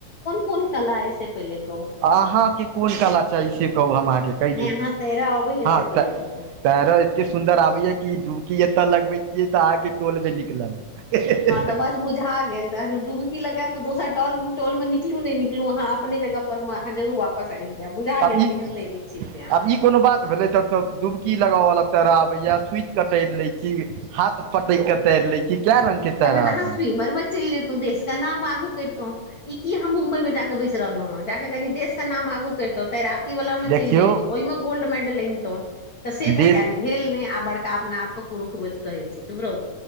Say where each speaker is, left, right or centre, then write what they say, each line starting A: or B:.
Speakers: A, on the left; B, on the right.
A: कोन कलाअछि से पहिने कहु
B: अहाँके कोन कला चाही से कहू हम अहाँके कहि
A: नहि
B: दै छी
A: अहाँ तैरऽ अबैया
B: हँ
A: से पहिले
B: तै
A: कहू
B: तैर एते सुन्दर आबैया कि डुबकी एतय लगबे छियै तऽ अहके टोल भे निकलत। हां-हां-हां
A: हँ तऽ बस बुझा गेल डुबकी लगाब तऽ दोसर टल टोल मे निकलु नहीं अहा अपने जगह पर जरुर वापस पसलि जाय बुझा
B: आब
A: गेल
B: ई
A: केहन तैरे छियै से अहाँ
B: आब ई कोनो बात भेले तब तऽ डुबकी लगाब वाला तैर आबे या स्वच कटर ले छी हाथ पटैक क तैर लाइ छी कए रंग के
A: तऽ
B: तैरऽ
A: तहन अहाँ
B: आबैया
A: स्विमर मे चल जेतौ देश का नाम आगु करतौ इ की अह मुम्बई मे जााके बैस रहलो हें जाकऽ कनि देश के नाम आगू करितौ तैर वला मे
B: देखियौ
A: चइल जतहुौ ओहि में गोल्ड मेडल अनतौं तऽ से तऽ
B: देश
A: केल भेल नय आ बड़का अपना आप के पुरुख कहै छी चुप रहु